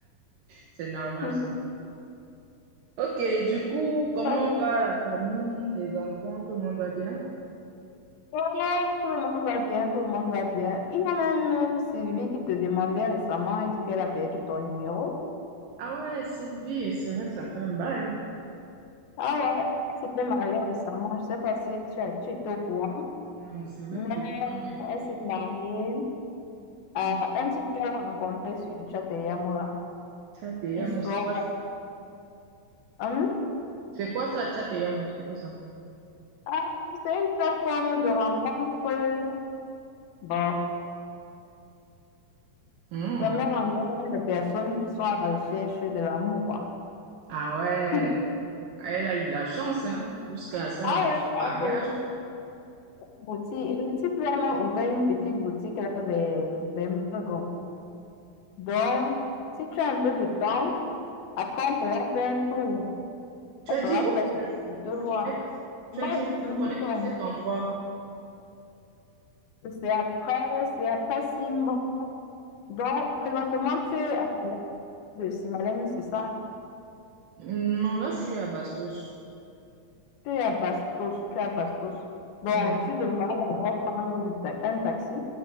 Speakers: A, on the right; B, on the left.
A: C'est normal,
B: <laughs>
A: c'est normal. Ok, du coup, comment
B: Ok.
A: va la famille, les enfants, tout le monde va bien?
B: Ouais, tout le monde va bien, tout le monde va bien. Il y a même euh, Sylvie qui te demandait récemment, elle dit qu'elle a perdu ton numéro.
A: Ah ouais, Sylvie, c'est vrai que ça fait un bail, hein.
B: Ah ouais, elle s'était mariée récemment. Je sais pas si tu, as- tu étais au courant,
A: Non, c'est vrai
B: mais
A: que depuis, on est un peu
B: elle
A: déconnecté.
B: s'est mariée à
A: Hmm.
B: un type qu'elle a rencontré sur Chateyamura.
A: Tchateyamo,
B: Ils sont...
A: c'est quoi ça?
B: Hum?
A: C'est quoi ça, Tchateyamo? C'est quoi ça?
B: Ah, c'est une plateforme de rencontre. Bon.
A: Hmm.
B: Vraiment, on est de personnes qui sont à la recherche de l'amour, quoi.
A: Ah ouais,
B: <laughs>
A: elle a eu de la chance, hein, jusqu'à ça,
B: Ah
A: aboutir
B: oui,
A: au
B: ah
A: mariage.
B: oui. Boutique. Et le type lui a même ouvert une petite boutique là vers, vers Mbagon. Donc, si tu as un peu de temps, après on pourra faire un tour.
A: Tu
B: Elle
A: as
B: sera
A: dit où?
B: très surprise
A: Je,
B: de te
A: je
B: voir.
A: connais pas, tu
B: Bah,
A: as dit où?
B: Mbagon.
A: Je connais pas cet endroit.
B: Et C'est après, c'est après Simba. Donc, présentement, tu es à la place de Simalène, c'est ça?
A: Hmm, Non, là, je suis à Bastos.
B: Tu es à Bastos, tu es à Bastos. Bon,
A: Hmm.
B: tu devras d'abord prendre du ta- un taxi.